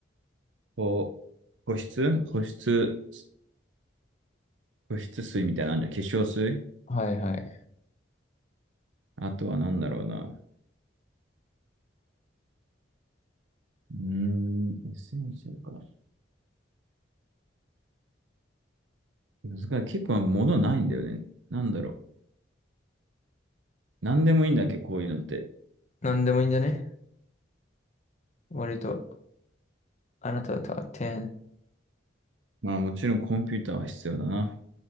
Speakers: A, on the right (about 85°); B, on the left (about 40°).
A: こう、保湿保湿、保湿水みたいなのあるじゃん。化粧水
B: はいはい。
A: あとはなんだろうな。うーん、エッセンシャルか。難しい。結構なんか物ないんだよね。なんだろう。なんでもいいんだっけ、こういうのって。
B: なんでもいいんだね。割と。あなたのトップ10。
A: まあもちろんコンピューターは必要だな。